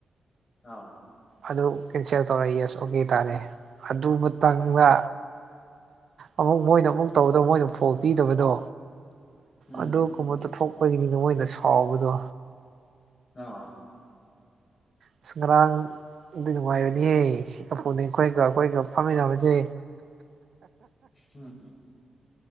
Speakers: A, on the left (about 40°); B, on the right (about 60°).
A: ꯑꯥ
B: ꯑꯗꯨ ꯀꯦꯟꯁꯦꯜ ꯇꯧꯔꯦ ꯌꯦꯁ ꯑꯣꯀꯦ ꯇꯥꯔꯦ ꯑꯗꯨꯇꯪꯗ ꯑꯃꯨꯛ ꯃꯣꯏꯅ ꯑꯃꯨꯛ ꯇꯧꯕꯗ ꯃꯣꯏꯅ ꯐꯣꯜ ꯄꯤꯗꯕꯗꯣ
A: ꯎꯝ
B: ꯑꯗꯨꯒꯨꯝꯕ ꯇ ꯊꯣꯛ ꯑꯩꯈꯣꯏꯒꯤꯅꯤ ꯃꯣꯏꯅ ꯁꯥꯎꯕꯗꯣ
A: ꯑ
B: ꯑꯁ ꯉꯔꯥꯡꯗꯤ ꯅꯨꯡꯉꯥꯏꯕꯅꯤꯍꯦ ꯑꯣꯄꯣꯅꯦꯟ ꯈꯣꯏꯒ ꯑꯩꯈꯣꯏꯒ ꯐꯝꯃꯤꯟꯅꯕꯁꯦ
A: ꯎꯝ